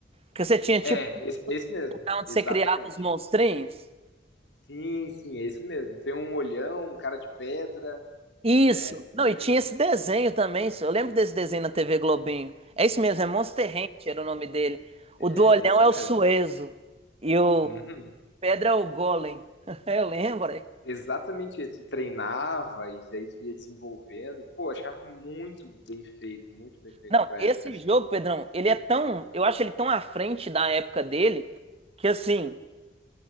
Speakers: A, on the right; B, on the left.
A: Que você tinha tipo
B: é,
A: um
B: esse, esse mesmo,
A: lugar onde
B: exatamente.
A: você criava os monstrinhos?
B: Sim, sim, é esse mesmo. Tem um olhão, um cara de pedra,
A: Isso.
B: é, isso
A: Não, e
B: aí,
A: tinha esse desenho também, só. eu lembro desse desenho na TV Globinho. É isso mesmo, é Monster Ranch era o nome dele. O
B: é
A: do olhão
B: esse
A: é
B: mesmo.
A: o Suezo e o
B: Uhum.
A: Pedra é o Golem. <laughs> Eu lembro. é
B: Exatamente isso. Tu treinava e daí tu ia desenvolvendo. Pô, achava muito bem feito, muito bem feito
A: Não,
B: pra
A: esse
B: época, assim.
A: jogo, Pedrão, ele é tão. Eu acho ele tão à frente da época dele que assim.